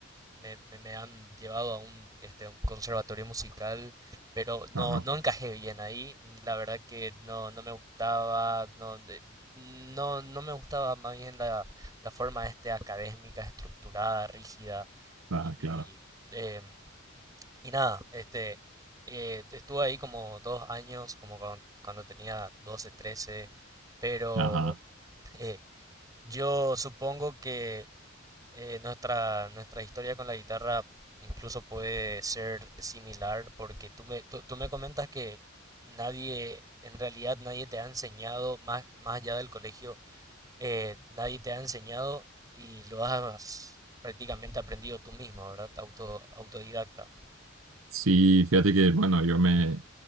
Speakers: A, on the right; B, on the right.
A: me, me- me han llevado a un, este, un conservatorio musical, pero no,
B: claro,
A: no encajé bien ahí. La verdad que no, no me gustaba, no, de- no, no me gustaba más bien la, la forma este académica, estructurada, rígida.
B: ah,
A: Y,
B: claro.
A: em, y nada, este, eh, estuve ahí como dos años, como cuan- cuando, tenía doce trece pero
B: Ajá.
A: eh, yo supongo que eh, nuestra, nuestra historia con la guitarra incluso puede ser similar porque tú me, tú, tú me comentas que nadie, en realidad nadie te ha enseñado, más, más allá del colegio, eh, nadie te ha enseñado y lo has prácticamente aprendido tú mismo, ¿verdad? Auto, autodidacta.
B: Sí, fíjate que, bueno, yo me,